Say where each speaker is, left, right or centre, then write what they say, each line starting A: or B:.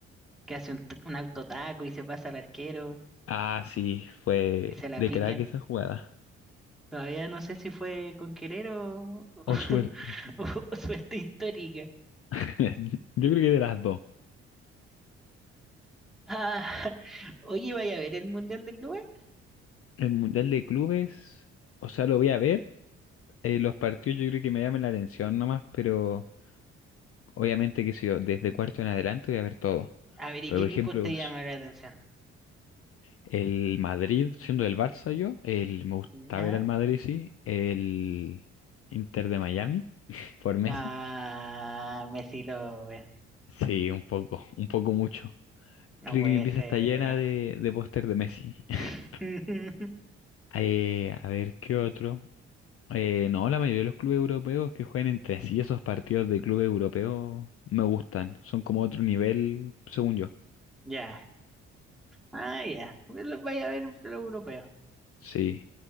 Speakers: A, in the centre; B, on the left.
A: que hace un, t- un autotaco y se pasa al arquero
B: Ah, sí, fue
A: y se la
B: de
A: pica.
B: crack esa jugada.
A: Todavía no sé si fue con querer o,
B: O
A: <laughs>
B: suerte.
A: <laughs> Suerte histórica.
B: <laughs> Yo creo que de las dos.
A: Ah, <laughs> oye, vaya a ver el Mundial de Clubes.
B: El Mundial de Clubes, o sea, lo voy a ver. eh, los partidos yo creo que me llaman la atención nomás, pero obviamente que si yo desde cuarto en adelante voy a ver todo.
A: A ver, ¿y
B: Pero
A: qué
B: por
A: equipos
B: ejemplo,
A: te
B: s-
A: llama la atención?
B: El Madrid, siendo del Barça yo, el, me gusta
A: ¿No?
B: ver al Madrid, sí. El Inter de Miami, <laughs> por Messi.
A: Ah, Messi lo ve.
B: Sí, un poco, un poco mucho.
A: No
B: Creo
A: puede
B: que mi pieza
A: ser.
B: está llena de, de póster de Messi. <laughs>
A: <laughs>
B: Eh, a ver, ¿qué otro? Eh, no, la mayoría de los clubes europeos que juegan entre sí esos partidos de clubes europeos me gustan. Son como otro nivel, según yo.
A: Ya. Ah, ya. Bueno, Vaya a ver lo europeo.
B: Sí.